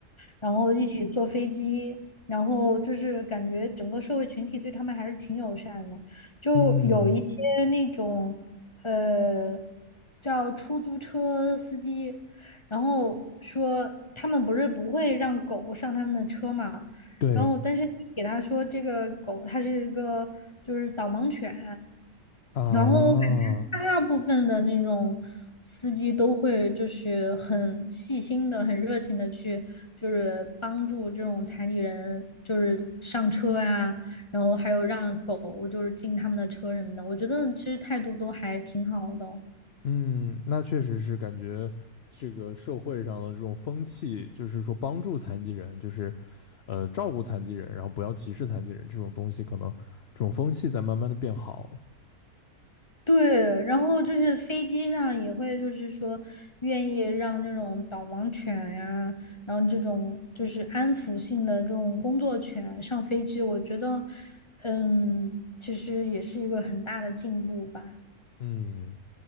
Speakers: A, on the left (about 20°); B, on the left (about 60°).
A: 然后一起坐飞机，然后就是感觉整个社会群体对他们还是挺友善的，就有一些那种呃
B: 嗯，
A: 叫出租车司机，然后说他们不是不会让狗上他们的车嘛。
B: 对
A: 然后但是你给他说这个狗它是一个就是导盲犬，
B: 啊，
A: 然后我感觉大部分的那种司机都会就是很细心的、很热情的去就是帮助这种残疾人就是上车呀、然后还有让狗就是进他们的车什么的，我觉得其实态度都还挺好的哦。
B: 嗯，那确实是感觉这个社会上的这种风气，就是说帮助残疾人，就是呃照顾残疾人，然后不要歧视残疾人这种东西，可能这种风气在慢慢的变好。
A: 对，然后就是飞机上也会，就是说愿意让那种导盲犬呀，然后这种就是安抚性的这种工作犬上飞机，我觉得，嗯，其实也是一个很大的进步吧。
B: 嗯。